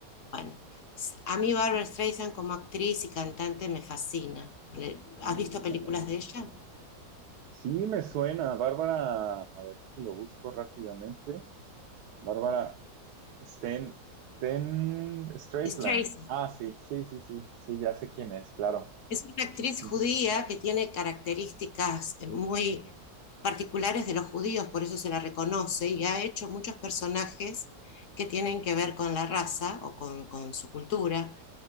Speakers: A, on the left; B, on the right.
A: Bueno, s- a mí Barbra
B: Sí.
A: Streisand como actriz y cantante me fascina. Le- ¿Has visto películas
B: <laughs>
A: de ella?
B: Sí, me suena. Bárbara, a ver si lo busco rápidamente. Bárbara Sten, Sten Streisand.
A: Straight,
B: Ah, sí, sí, sí, sí, sí, ya sé quién es, claro.
A: Es una actriz
B: Ujú.
A: judía que tiene características eh, muy particulares de los judíos, por eso se la reconoce y ha hecho muchos personajes que tienen que ver con la raza o con, con su cultura.